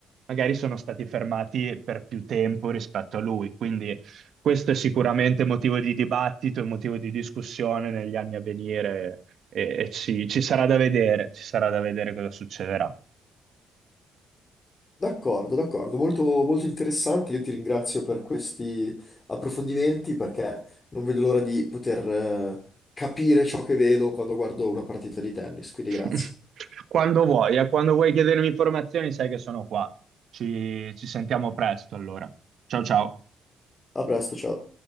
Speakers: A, on the right; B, on the left.
A: magari sono stati fermati per più tempo rispetto a lui. Quindi questo è sicuramente motivo di dibattito e motivo di discussione negli anni a venire e, e ci, ci sarà da vedere, ci sarà da vedere cosa succederà.
B: d'accordo, d'accordo, molto, molto interessante. Io ti ringrazio per questi approfondimenti perché non vedo l'ora di poter, eh, capire ciò che vedo quando guardo una partita di tennis. Quindi
A: <laughs>
B: grazie.
A: Quando vuoi, eh, quando vuoi chiedermi informazioni, sai che sono qua. Ci, ci sentiamo presto allora. Ciao ciao.
B: A presto, ciao.